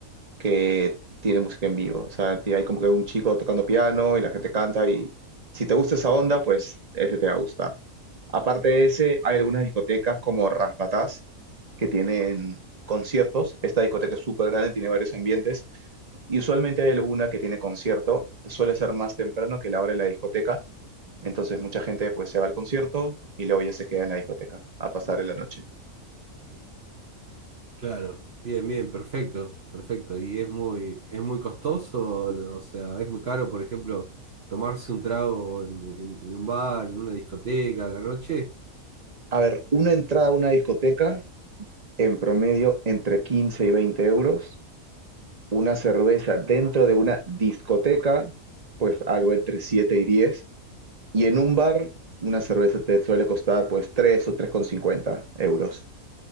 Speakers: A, on the right; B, on the right.
A: que tiene música en vivo. O sea, ti- hay como que un chico tocando piano y la gente canta y si te gusta esa onda, pues ese te va a gustar. Aparte de ese, hay algunas discotecas como Raspatás que tienen conciertos. Esta discoteca es súper grande, tiene varios ambientes y usualmente hay alguna que tiene concierto. Suele ser más temprano que la hora de la discoteca entonces mucha gente pues se va al concierto y luego ya se queda en la discoteca a pasar la noche.
B: Claro, bien, bien, perfecto, perfecto. Y es muy, es muy costoso, o sea, es muy caro, por ejemplo, tomarse un trago en, en- en un bar, en una discoteca a la noche.
A: A ver, una entrada a una discoteca en promedio entre 15 y 20 euros. Una cerveza dentro de una discoteca, pues algo entre 7 y 10. Y en un bar, una cerveza te suele costar pues 3 o 3,50 euros.